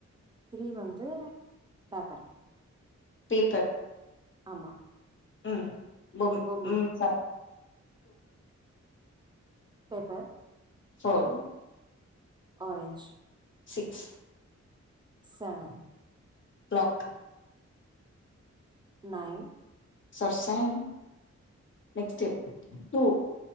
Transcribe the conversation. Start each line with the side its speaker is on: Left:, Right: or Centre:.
Right: த்ரீ வந்து பேப்பர்
Left: பேப்பர்
Right: ஆமா
Left: ம் மொஹு
Right: பொம்மி
Left: ம் start
Right: paper
Left: four
Right: orange
Left: six
Right: seven
Left: clock
Right: nine
Left: சர்ஸாயன் நெக்ஸ்ட்டு டூ